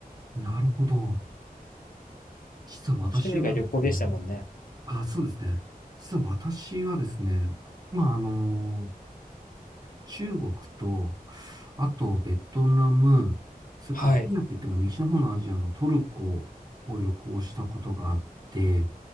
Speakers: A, on the right; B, on the left.
A: なるほど。実は私はですね、
B: 趣味が旅行でしたもんね。
A: あ、そうですね。実は私はですね、まあ、あの中国と、あとベトナム、それからアジアって言っても西の方のアジアのトルコを旅行したことがあって、
B: はい。